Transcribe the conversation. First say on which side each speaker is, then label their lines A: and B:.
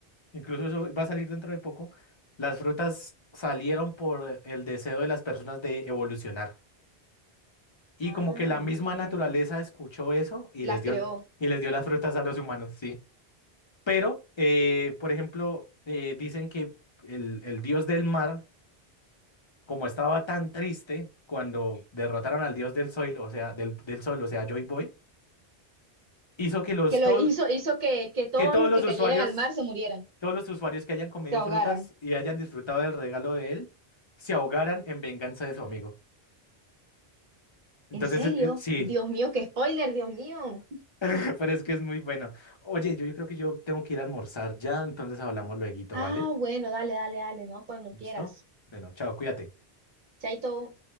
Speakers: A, on the left (about 30°); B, on the right (about 55°).
A: incluso eso va a salir dentro de poco, las frutas salieron por el deseo de las personas de evolucionar. Y
B: Ah,
A: como que la
B: entiendo.
A: misma naturaleza escuchó eso y
B: Las
A: les dio,
B: creó.
A: y les dio las frutas a los humanos, sí. Pero, eh, por ejemplo, eh, dicen que el, el dios del mar, como estaba tan triste cuando derrotaron al dios del sol, o sea, del, del sol, o sea, Joy Boy, hizo que los
B: Que lo
A: tol-
B: hizo, hizo que, que todos
A: que todos
B: los
A: los
B: que cayeran
A: usuarios,
B: al mar se murieran,
A: todos los usuarios que hayan comido
B: se ahogaran.
A: frutas y hayan disfrutado del regalo de él, se ahogaran en venganza de su amigo. Entonces,
B: ¿En serio?
A: eh, eh, sí,
B: Dios mío, qué spoiler, Dios mío.
A: <laughs> pero es que es muy bueno. Oye, yo, yo creo que yo tengo que ir a almorzar ya, entonces hablamos lueguito,
B: Ah,
A: ¿vale?
B: bueno, dale, dale, dale, ¿no? Cuando
A: ¿Listo?
B: quieras.
A: Bueno, chao, cuídate.
B: Chaito.